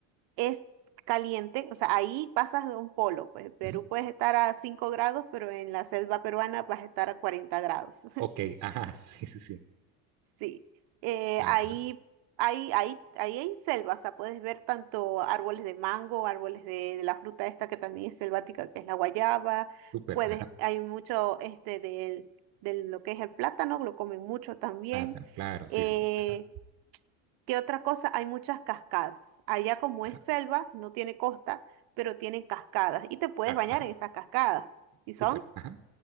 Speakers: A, on the right (about 60°); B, on the right (about 40°).
A: es caliente, o sea, ahí pasas de un polo. Pues en Perú
B: ujú,
A: puedes estar a 5 grados, pero en la selva peruana vas a estar a 40 grados.
B: ok, ajá, <laughs> sí, sí, sí,
A: Sí, eh,
B: claro,
A: ahí,
B: ajá,
A: ahí, ahí, ahí hay selva, o sea, puedes ver tanto árboles de mango, árboles de, de la fruta esta que también es selvática, que es la guayaba,
B: súper,
A: puedes,
B: ajá,
A: hay mucho este del, del lo que es el plátano, lo comen mucho también.
B: plátano, claro, sí,
A: Eh,
B: sí, sí, ajá,
A: ¿qué otra cosa? Hay muchas cascadas. Allá como
B: ajá,
A: es selva, no tiene costa, pero tienen cascadas y te puedes
B: claro,
A: bañar
B: ajá,
A: en esas cascadas. ¿Y
B: súper,
A: son?
B: ajá,